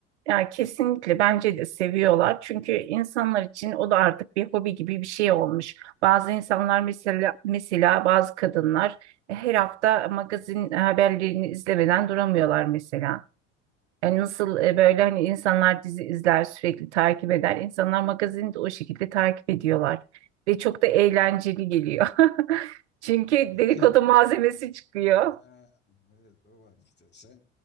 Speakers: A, on the right; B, on the left.
A: Yani kesinlikle bence de seviyorlar. Çünkü insanlar için o da artık bir hobi gibi bir şey olmuş. Bazı insanlar mesela mesela bazı kadınlar e, her hafta magazin haberlerini izlemeden duramıyorlar mesela. Yani nasıl e, böyle hani insanlar dizi izler, sürekli takip eder. İnsanlar magazini de o şekilde takip ediyorlar ve çok da eğlenceli geliyor. <laughs> Çünkü
B: Peki
A: dedikodu malzemesi çıkıyor.
B: Ha, evet o var işte. Sen